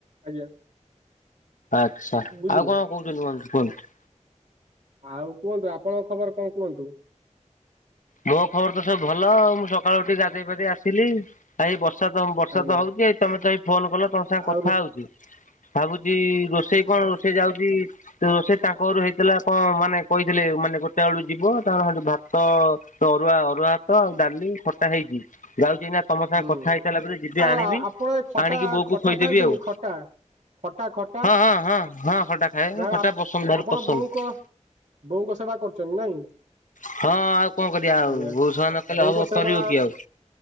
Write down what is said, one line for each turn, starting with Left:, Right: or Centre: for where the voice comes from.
Right: ଆଜ୍ଞା।
Left: ଆଚ୍ଛା
Right: ବୁଝିଲେ
Left: ଆଉ କଣ କହୁଛନ୍ତି କୁହନ୍ତୁ କୁହନ୍ତୁ।
Right: ଆଉ କୁହନ୍ତୁ ଆପଣଙ୍କ ଖବର କଣ କୁହନ୍ତୁ?
Left: ମୋ ଖବର ତ ସବୁ ଭଲ ମୁଁ ସକାଳୁ ଉଠି ଗାଧେଇ ପାଧେଇ ଆସିଲି। ଭାଇ ବର୍ଷା ତ ବର୍ଷା
Right: ଆଜ୍ଞା
Left: ତ ହଉଛି ହେଇ ତମେ ତ ଫୋନ କଲ ତମ ସାଙ୍ଗେ କଥା
Right: ଆଉ ରୋ-
Left: ହଉଛି ଭାବୁଛି ରୋଷେଇ କଣ ରୋଷେଇ ଯାଉଛି ରୋସେଇ ତାଙ୍କ ଘରୁ ହେଇଥିଲା କଣ ମାନେ କହିଥିଲେ ମାନେ ଗୋଟେ ଏଳୁ ଯିବ ତାଙ୍କଠୁ ଭାତ ଅରୁଆ ଅରୁଆ ହାତ ଆଉ ଡାଲି ଖଟା ହେଇଛି ଯାଉଛି ନା ତମ
Right: ହୁଁ
Left: ସାଙ୍ଗେ କଥା ହେଇ ସାରିଲା ପରେ ଯିବି
Right: ଆଉ
Left: ଆଣିବି
Right: ଆ- ଆପଣ ଏ ଖଟା
Left: ଆଣିକି ବୋଉ
Right: ଖଟା
Left: କ ଖୋଇଦେବି
Right: ଖାଆନ୍ତିନି
Left: ଆଉ।
Right: ଖଟା ଖଟା ଖଟା
Left: ହଁ ହଁ ହଁ ହଁ ଖଟା ଖାଏ
Right: ଯାହା ହଉ
Left: ଖଟା
Right: ଆପ-
Left: ପସନ୍ଦ ଭାରି
Right: ଆପଣ
Left: ପସନ୍ଦ।
Right: ବୋଉଙ୍କ ବୋଉଙ୍କ ସେବା କରୁଛନ୍ତି ନାଇଁ?
Left: ହଁ ଆଉ କଣ କରିବା ଆଉ
Right: ଆଜ୍ଞା
Left: ବୋଉସେବା ନ କଲେ
Right: ବୋଉଙ୍କ
Left: ହବ
Right: ସେବା
Left: କରିବ କିଏ ଆଉ।